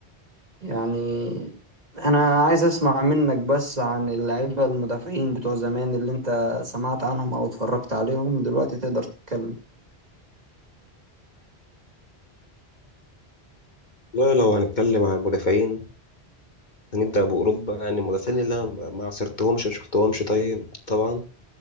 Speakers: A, on the right (about 40°); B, on the left (about 45°).
A: يعني أنا عايز أسمع منك بس عن اللعيبة المدافعين بتوع زمان اللي أنت سمعت عنهم أو اتفرجت عليهم دلوقتي تقدر تتكلم
B: لا لو هنتكلم عن المدافعين هنبدأ بأوروبا يعني المدافعين اللي أنا ما ما عاصرتهمش ما شفتهمش طيب طبعا